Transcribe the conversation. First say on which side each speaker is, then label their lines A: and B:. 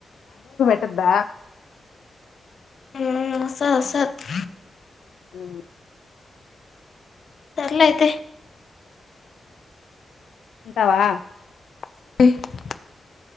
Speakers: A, on the left; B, on the left.
A: అబ్బ
B: ఉమ్ వస్తాది వస్తది
A: అ
B: సర్లే అయితే
A: ఉంటావా
B: <unintelligible>